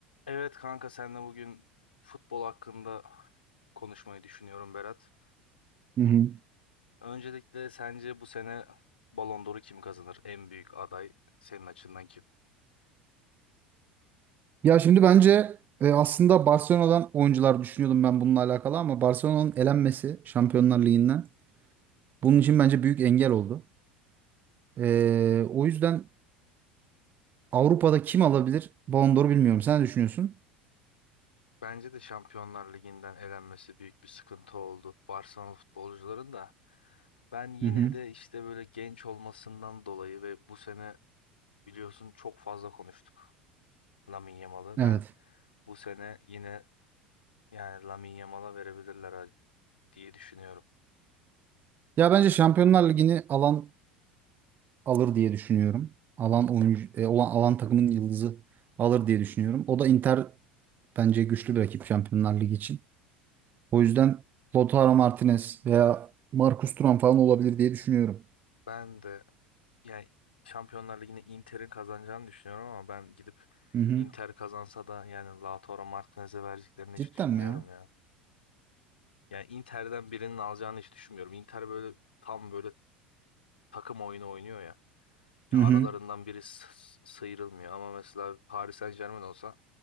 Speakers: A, on the left; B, on the right.
A: Evet kanka senle bugün futbol hakkında konuşmayı düşünüyorum Berat.
B: Hı hı.
A: Öncelikle sence bu sene Ballon d'Or'u kim kazanır? En büyük aday senin açından kim?
B: Ya şimdi bence e, aslında Barcelona'dan oyuncular düşünüyordum ben bununla alakalı ama Barcelona'nın elenmesi Şampiyonlar Ligi'nden bunun için bence büyük engel oldu. E, o yüzden Avrupa'da kim alabilir? Ballon d'Or'u bilmiyorum. Sen ne düşünüyorsun?
A: Bence de Şampiyonlar Ligi'nden elenmesi büyük bir sıkıntı oldu Barcelona futbolcuların da. Ben yine
B: Hı hı.
A: de işte böyle genç olmasından dolayı ve bu sene biliyorsun çok fazla konuştuk Lamine Yamal'ı.
B: Evet.
A: Ben bu sene yine yani Lamine Yamal'a verebilirler ha- diye düşünüyorum.
B: Ya bence Şampiyonlar Ligi'ni alan alır diye düşünüyorum. Alan oyuncu e, olan alan takımın yıldızı alır diye düşünüyorum. O da Inter bence güçlü bir rakip Şampiyonlar Ligi için. O yüzden Lautaro Martinez veya Marcus Thuram falan olabilir diye düşünüyorum.
A: Ben de Yani Şampiyonlar Ligi'ni Inter'in kazanacağını düşünüyorum ama ben gidip
B: Hı hı.
A: Inter kazansa da yani Lautaro Martinez'e vereceklerini hiç
B: Cidden
A: düşünmüyorum
B: mi ya?
A: ya. Yani Inter'den birinin alacağını hiç düşünmüyorum. Inter böyle tam böyle takım oyunu oynuyor ya. Ya
B: Hı
A: aralarından
B: hı.
A: biri s- s- sıyrılmıyor ama mesela Paris Saint-Germain olsa